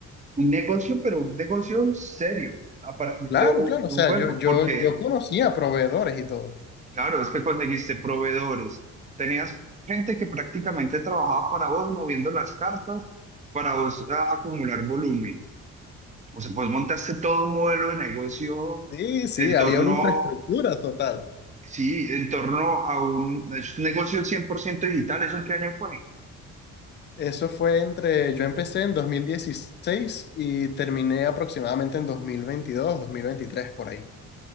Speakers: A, on the right (about 25°); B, on the left (about 35°).
A: un negocio, pero un negocio serio a partir
B: Claro,
A: de un,
B: claro,
A: de
B: o sea,
A: un juego,
B: yo, yo,
A: porque
B: yo conocía proveedores y todo.
A: Claro, es que conseguiste proveedores. Tenías gente que prácticamente trabajaba para vos moviendo las cartas para vos a- acumular volumen. O sea, pues montaste todo un modelo de negocio
B: Sí, sí,
A: en
B: había
A: torno,
B: una infraestructura total.
A: sí, en torno a un, es un negocio 100% digital. ¿Eso en qué año fue?
B: Eso fue entre, yo empecé en 2016 y terminé aproximadamente en dos dos mil veintidós, dos mil veintitrés por ahí.